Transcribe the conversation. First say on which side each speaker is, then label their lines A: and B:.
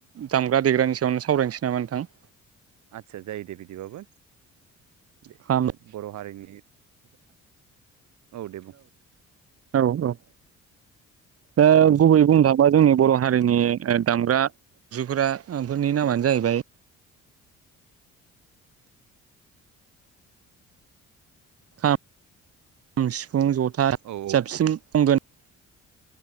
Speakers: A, on the right (about 55°); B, on the right (about 75°).
A: दामग्रा देग्रानि सायावनो सावरायनोसै नामा नोंथां?
B: आतसा जायो दे बिदि बाबो दे
A: खाम
B: बर' हारिनि औ दे बुं।
A: औ औ दा गुबैयै बुंनो थाबा जोंनि बर' हारिनि दामग्रा जुग्रा फोरनि नामानो जाहैबाय। हाब <unintelligible> फुं जथा
B: औ औ
A: साबसिन गंगोन